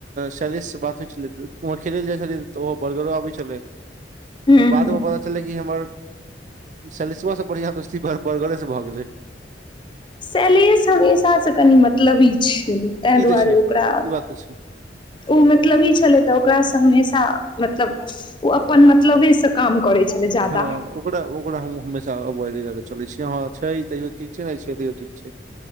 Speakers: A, on the right; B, on the left.
A: शैलस से बात होइ छेलै तऽ ओमहर खेलै जाय छेलियै। ओ बर्गर आबै छेलै
B: हूँ
A: तऽ बाद
B: हूँ
A: <unintelligible> छेलेै कि हमर सलिसा सब बढ़ियां दोस्ती बर्गरे से भऽ गेलै
B: सैलेश हमेशा सँ कनि मतलबी छेल्लै तैंय
A: ई
B: दुआरे
A: तऽ छै
B: ओकरा
A: ई बात तऽ छै
B: ओ मतलबी छलै तऽ ओकरासँ हमेशा मतलब ओ अपनत मतलबे से काम करै छलै जादा
A: हँ ओकरा ओकरा हम हमेशा एवाइड कऽ के चलेै छियै हँं छै तैयो ठीक छै नेै छै तैयो ठीक छै।